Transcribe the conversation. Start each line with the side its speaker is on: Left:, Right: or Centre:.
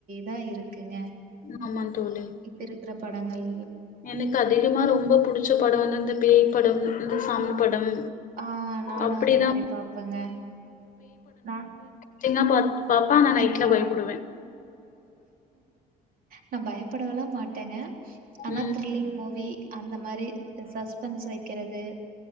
Right: தான் இருக்குங்க
Left: ஆமா தோழி.
Right: இப்ப இரு பிறப்படங்கள்
Left: எனக்கு அதிகமா ரொம்போ புடிச்ச படோ வந்து இந்த பேய்
Right: ம்.
Left: படம் இந்த சாமி படம்
Right: ஆ நானு
Left: அப்படிதான்
Right: அந்த மாரி பாப்பேங்க நான்
Left: சின்னபாட் பாப்பே ஆனா நைட்ல
Right: ஆ
Left: பயப்புடுவே
Right: நா பயப்படவல்லா மாட்டேங்க ஆனா
Left: ம்.
Right: த்ரில்லிங் மூவி அந்த மாரி சஸ்பென்ஸ் வெக்கிறது